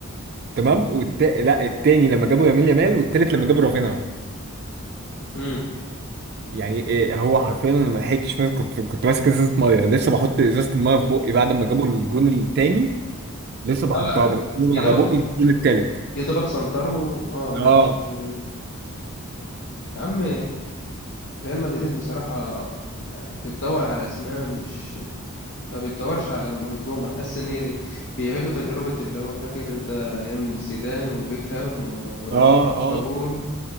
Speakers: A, on the right (about 45°); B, on the left (about 55°).
A: تمام والت... لا الثاني لما جابوا يامال يامال والثالث لما جابوا رافينها
B: امم
A: يعني إيه هو حرفيا انا ما لحقتش ماسك- كنت كنت ماسك ازازه ميه لسه بحط ازازه الميه في بقي بعد ما جابوا الجون التاني لسه بحطها
B: اه
A: بنقل من
B: يا
A: على
B: دوبك
A: بقي الجون التالت
B: يا دوبك سنتروا اه
A: اه
B: لقيت ريال مدريد تاني. يا عم ريال مدريد بصراحه يعني بتدور على اسماء مش ما بتدورش على منظومه حاسس ان هي بيعيدوا تجربه اللي هو فاكر انت ايام زيدان وبيكهام ورونالدو
A: اه اه
B: وراؤول